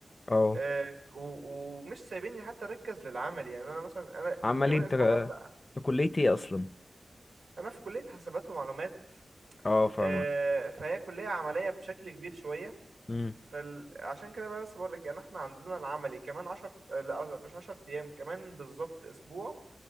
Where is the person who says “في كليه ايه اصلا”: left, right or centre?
Left